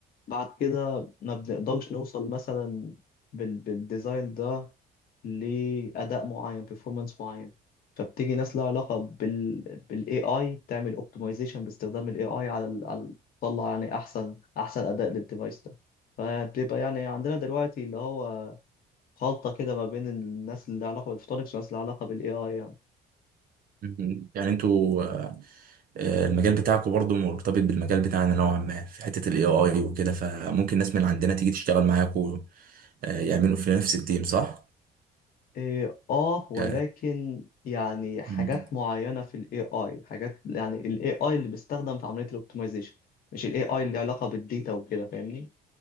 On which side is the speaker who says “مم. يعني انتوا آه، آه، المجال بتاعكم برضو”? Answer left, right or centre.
Right